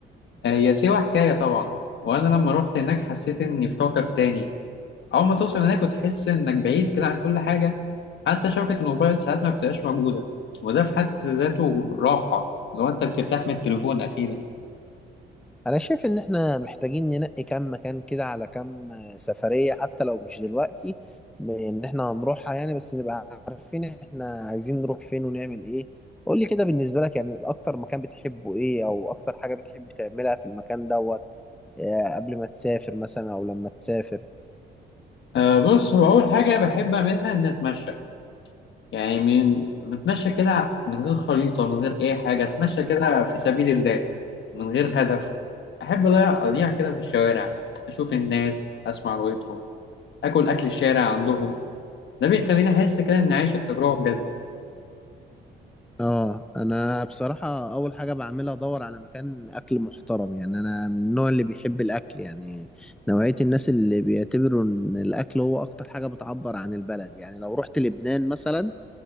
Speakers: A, on the left; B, in the centre.
A: آه، هي سيوة حكاية طبعا وأنا لما روحت هناك حسيت إني في كوكب تاني أول ما توصل هناك وتحس إنك بعيد كده عن كل حاجة حتى شبكة الموبايل ساعات ما بتبقاش موجودة وده في حد ذاته راحة لو أنت بترتاح من التليفون أخيرا
B: انا شايف ان احنا محتاجين ننقي كام مكان كده على كام آه، سفرية حتى لو مش دلوقتي ب- ان احنا هنروحها يعني بس نبقى عارفين احنا عايزين نروح فين ونعمل ايه قول لي كده بالنسبة لك يعني اكتر مكان بتحبه ايه او اكتر حاجة بتحب تعملها في المكان دوت آه، قبل ما تسافر مثلا او لما تسافر
A: أه بص هو أول حاجة بحب أعملها إني أتمشى يعني من بتمشى كده من غير خريطة من غير أي حاجة أتمشى كده في سبيل الله من غير هدف أحب أضيع أضيع كده في الشوارع أشوف الناس أسمع لغتهم أكل أكل الشارع عندهم ده بيخليني أحس كده إني عايش التجربة بجد
B: اه انا بصراحة اول حاجة بعملها ادور على مكان اكل محترم يعني انا من النوع اللي بيحب الاكل يعني نوعية الناس اللي بيعتبروا ان الاكل هو اكتر حاجة بتعبر عن البلد يعني لو رحت لبنان مثلا